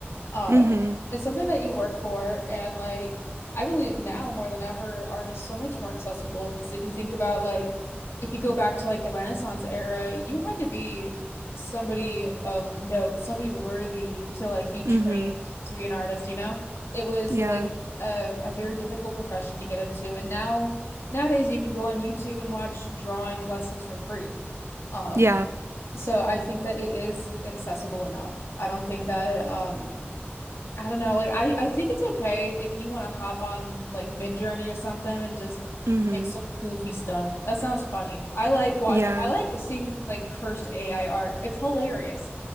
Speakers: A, on the left; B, on the right.
A: Um,
B: mm-hmm
A: it's something that you work for, and like I believe now more than ever, art is so much more accessible. Because if you think about like if you go back to like the Renaissance era, you had to be somebody of note, somebody worthy to like be trained
B: mm-hmm
A: to be an artist, you know? It was
B: yeah
A: like a, a very difficult profession to get into, and now nowadays you can go on YouTube and watch drawing lessons for free. Um,
B: yeah
A: so I think that it is accessible enough. I don't think that um, I don't know. Like I, I think it's okay if you want to hop on like Midjourney or something and just
B: mm-hmm
A: make some goofy stuff. That sounds funny. I like watch
B: yeah
A: I like seeing like cursed AI art. It's hilarious.